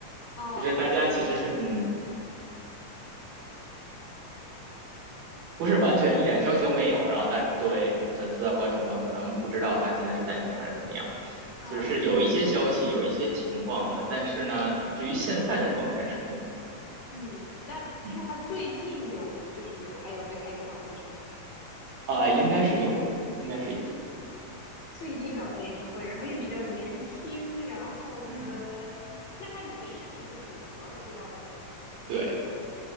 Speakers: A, on the left; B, on the right.
A: 哦，
B: 就是大家其实是嗯不是完全一点消息都没有，然后大作为粉丝啊或者什么可能不知道他现在是单身还是怎么样，
A: 嗯
B: 就是有一些消息有一些情况的，但是呢，至于现在的状态是个谜，
A: 嗯，那那他最近有就是有还有在开演唱会是吗？
B: 嗯啊、呃应该是有，应该是有，
A: 最近还有开演唱会，然后也比较年轻，然后呢，
B: 嗯
A: 那他以前是个什么组合出道的吗？
B: 对